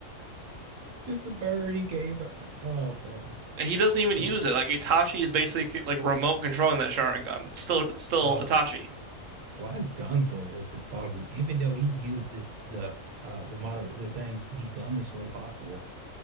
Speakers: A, on the right; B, on the right.
A: Just a bird he gave. a- Oh man.
B: He doesn't even
A: Yeah.
B: use it. Like Itachi is basically like remote controlling that Sharingan. It's still, it's still
A: Uh,
B: Itachi.
A: why is Dunzo at the bottom? Even though he used the the uh the moderate the things the dumbest way possible.